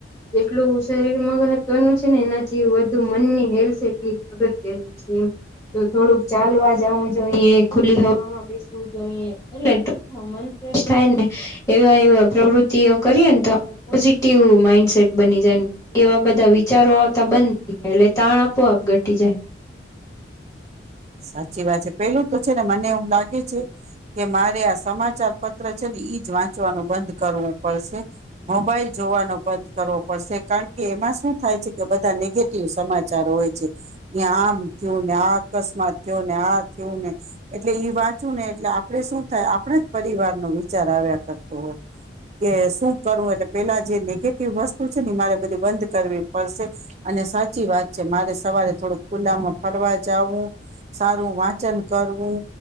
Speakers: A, on the left; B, on the right.
A: જેટલું શરીર મહત્વનું છે ને એનાથી વધુ મનની હેલ્થ એટલી અગત્યની છે એમ, તો થોડુંક ચાલવા જાવું જોઈ ખુલ્લી હવામાં બેસ જોઈએ એટલે ટૂકમાં મન ફ્રેશ થાય ને એવા એવા પ્રવૃતિઓ કરીએ ને તો આપ પોઝિટિવ માઈન્ડસેટ બની જાય, પછી એવા બધા વિચારો આવતા બંધ થઈ જાય એટલે તાણ આપોઆપ ઘટી જાય.
B: સાચી વાત છે પેલું તો છે ને મને એવું લાગે છે કે મારે આ સમાચાર પત્ર છે ને એઈ જ વાંચવાનું બંધ કરવું પડશે, મોબાઈલ જોવાનો બંધ કરવો પડશે કારણ કે એમાં શું થાય છે કે બધા નેગેટિવ સમાચાર હોય છે એયા આમ થયું ને આ અકસ્માત થયો ને આ થયું ને એટલે ઈ વાંચવું ને એટલે આપણે શું થાય આપણે જ પરિવાર નો વિચાર આવ્યા કરતો હોય કે શું કરવું એટલે પેલા જે નેગેટિવ વસ્તુ છે ને મારે બધી બંધ કરવી પડશે, અને સાચી વાત છે મારે સવારે થોડુંક ખુલ્લામાં ફરવા જાવું સારું વાંચન કરવું,